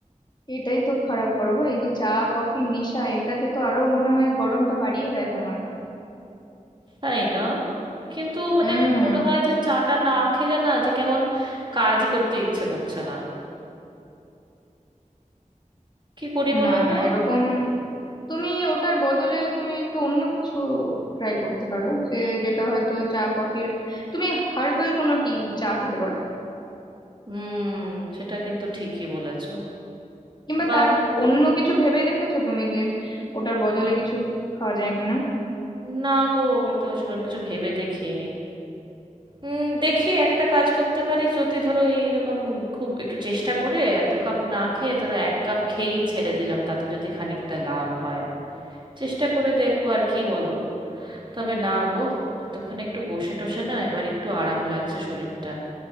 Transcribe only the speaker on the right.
তাই না কিন্তু মানে
মনে হয় যে চাটা না খেলে না যে কেমন কাজই করতে ইচ্ছে করছে না কি করি বলো
তো
হুম সেটা কিন্তু ঠিকই বলেছো
বা
না গো আমি তো সেরকম কিছু ভেবে দেখিনি উম, দেখি একটা কাজ করতে পারি যদি ধরো এইরকম খুব একটু চেষ্টা করে এত কাপ না খেয়ে ধরো এক কাপ খেয়েই ছেড়ে দিলাম তাতে যদি খানিকটা লাভ হয় চেষ্টা করে দেখবো আর কি বলো তবে না গো এতক্ষণ একটু বসে টসে না এবার একটু আরাম লাগছে শরীরটা